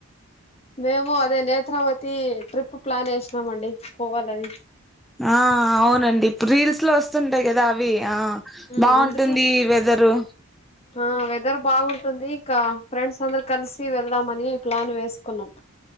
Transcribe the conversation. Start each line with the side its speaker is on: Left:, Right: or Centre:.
Left: మేము అదే నేత్రవతి ట్రిప్ ప్లాన్ చేసినామ అండి పోవాలలే అది
Centre: ఆ అవునండి ఇప్పుడు రీల్స్ లో వస్తుంటాయి కదా అవి ఆ
Left: ఉమ్
Centre: బాగుంటుంది
Left: అందుకే
Centre: వెదరు
Left: ఆ వెదర్ బాగుంటుంది ఇంకా ఫ్రెండ్స్ అందరు కలిసి వెళ్దామని ప్లాన్ వేసుకున్నాం